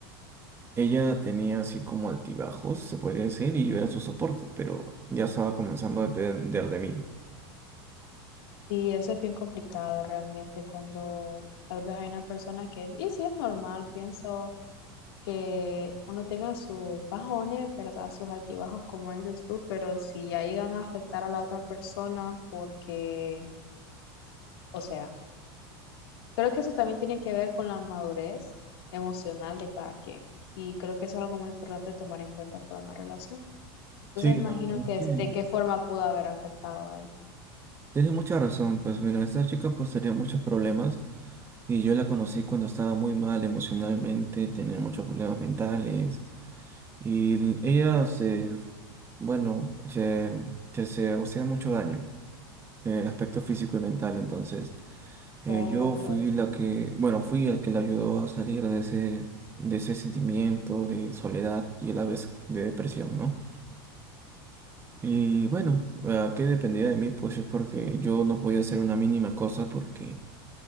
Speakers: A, on the right; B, on the left.
A: ella tenía así como altibajos, se podría decir, y yo era su soporte, pero ya estaba comenzando a depender de mí.
B: Sí, eso es bien complicado realmente cuando tal vez hay una persona que, y sí es normal, pienso que uno tenga sus bajones, ¿verdad? Sus altibajos, como dices tú, pero si ya llegan a afectar a la otra persona porque, o sea, creo que eso también tiene que ver con la madurez emocional de cada quien y creo que eso es algo muy importante tomar en cuenta para una relación. Entonces
A: Sí,
B: imagino
A: la verdad
B: que
A: es que
B: es de qué forma pudo haber afectado ahí.
A: tienes mucha razón. Pues mira, esta chica pues tenía muchos problemas. Y yo la conocí cuando estaba muy mal emocionalmente, tenía muchos problemas mentales. Y l- ella se, bueno, se, se, se hacía mucho daño en el aspecto físico y mental. Entonces, eh,
B: Oh,
A: yo
B: ok.
A: fui la que, bueno, fui el que la ayudó a salir de ese, de ese sentimiento de soledad y a la vez de depresión, ¿no? Y bueno, ¿a qué dependía de mí? Pues es porque yo no podía hacer una mínima cosa porque